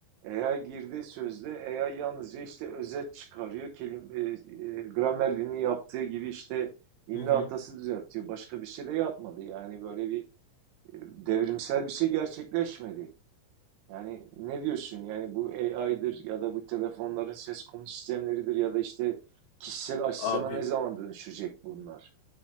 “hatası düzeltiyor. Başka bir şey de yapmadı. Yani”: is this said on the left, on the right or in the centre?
Right